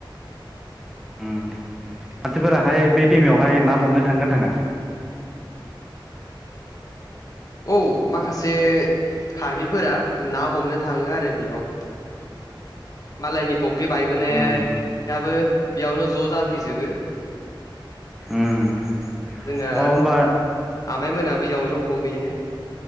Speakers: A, in the centre; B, on the left.
A: उम मानसिफोराहाय बे दैेमायावहाय ना हमनो थाङोना थाङा?
B: औ माखासे खार्बिफोरा ना हमनो थाङो आरो बियाव। मालायनि फख्रि बायबोनायाबो
A: उम
B: बेयावनो ज' जाफैजोबो।
A: उम
B: जोंना
A: अह होमबा
B: आमाइ मोनाबो इयावनो हमहैयो।